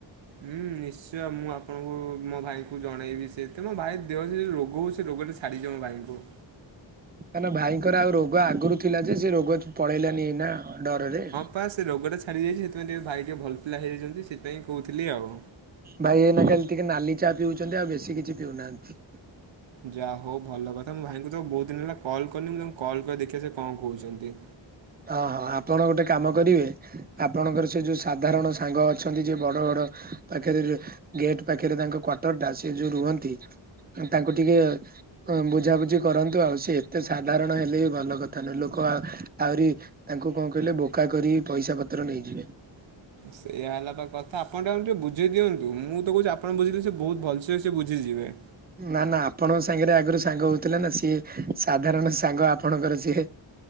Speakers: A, on the right; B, on the right.
A: ହୁଁ ନିଶ୍ଚୟ ମୁଁ ଆପଣଙ୍କୁ ମୋ ଭାଇଙ୍କୁ ଜଣେଇବି ସେ ତ ମୋ ଭାଇ ଦେହରେ ଯଉ ରୋଗ ହଉଛି। ସେ ରୋଗଟା ଛାଡି ଯାଉ ଭାଇଙ୍କୁ।
B: କାହିଁକି ଭାଇଙ୍କର ଆଉ ରୋଗ ଆଗରୁ ଥିଲା ଯେ ସେ ରୋଗ ପଳେଇଲାନି ନା ଡରରେ।
A: ବାସ ସେ ରୋଗଟା ଛାଡ଼ି ଦେଇାଇଛି ସେଥିପାଇଁ ଟିକେ ଭାଇ ଟିଏ ଭଲ ପିଲା ହେଇଯାଇଛନ୍ତି ସେଥିପାଇଁ କହୁଥିଲି ଆଉ।
B: ଭାଇ ଏନା ଖାଲି ଟିକେ ନାଲି ଚା ପିଉଛନ୍ତି ଆଉ ବେଶୀ କିଛି ପିଉନାହାନ୍ତି।
A: ଯାହା ହଉ ଭଲ କଥା ମୁଁ ଭାଇଙ୍କୁ ତ ବହୁତ ଦିନ ହେଲା କଲ୍ କରିଲିନି ମୁଁ ତାଙ୍କୁ କଲ୍ କରି ଦେଖିବା ସେ କଣ କହୁଛନ୍ତି।
B: ଅ ହୋ ଆପଣ ଗୋଟେ କାମ କରିବେ? ଆପଣଙ୍କର ସେ ଯୋଉ ସାଧାରଣ ସାଙ୍ଗ ଅଛନ୍ତି ଯେ ବଡ ବଡ ପାଖରେ ଗେଟ୍ ପାଖରେ ତାଙ୍କ କ୍ଵାର୍ଟର ଟା ସେ ଯୋଉ ରୁହନ୍ତି ତାଙ୍କୁ ଟିକେ ବୁଝାବୁଝି କରନ୍ତୁ ଆଉ ସେ ଏତେ ସାଧାରଣ ହେଲେ ବି ଭଲ କଥା ନୁହଁ ଲୋକ ଆହୁରି ତାଙ୍କୁ କଣ କହିଲେ ବୋକା କରି ପଇସା ପତ୍ର ନେଇଯିବେ।
A: ସେଇଆ ହେଲା ବା କଥା ଆପଣ ଟା ବୁଝେଇ ଦିଅନ୍ତୁ ମୁଁ ତ କହୁଛି ଆପଣ ବୁଝେଇଲେ ସେ ବହୁତ ଭଲସେ ସେ ବୁଝିଯିବେ।
B: ନା ନା ଆପଣଙ୍କ ସାଙ୍ଗରେ ଆଗରୁ ସାଙ୍ଗ ହଉଥିଲା ନା ସିଏ ସାଧାରଣ ସାଙ୍ଗ ଆପଣଙ୍କର ସିଏ।